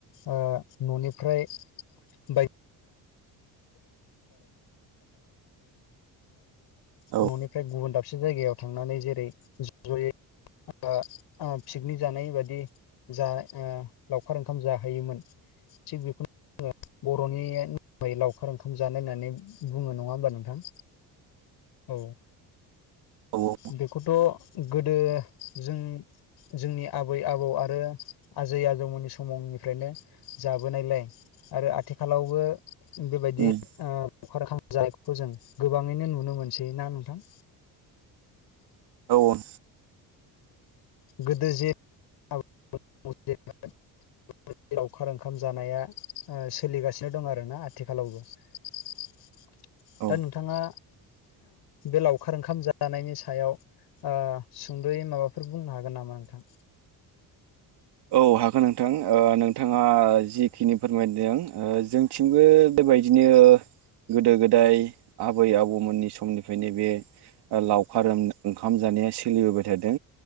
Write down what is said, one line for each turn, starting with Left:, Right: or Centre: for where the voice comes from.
Left: ओ न'निफ्राय <unintelligible>
Right: औ
Left: न'निफ्राय गुबुन दाबसे जायगायाव थांनानै जेरै ज'यै आ आ पिकनिक जानाय बादि जा ओ लावखार ओंखाम जाहोयोमोन थिग बे बर'नि नामै लावखार ओंखाम जानाय होननानै बुङो नङा होमब्ला नोंथां। औ
Right: औ
Left: बेखौथ' गोदो जों जोंनि आबै - आबौ आरो आजै - आजौमोननि समावनिफ्रायनो जाबोनायलाय आरो आथिखालावबो बेबायदि
Right: औ
Left: ओ लावखार ओंखाम जानायखौ जों गोबाङैनो नुनो मोनसै ना नोंथां?
Right: औ।
Left: गोदो जे - <unintelligible> <unintelligible> लावखार ओंखाम जानाया ओ सोलिगासिनो दं आरोना आथिखालावबो। दा
Right: औ
Left: नोंथाङा बे लावखार ओंखाम जानायनि सायाव ओ सुंद'यै माबाफोर बुंनो हा गोन नामा नोंथां?
Right: औ हागोन नोंथां ओ नोंथाङाजिखिनि फोरमायदों ओ थिंबो बेबायदिनो गोदो - गोदाय आबै - आबौमोननि समनिफ्रायनो बे ओ लावखार जानाया थादों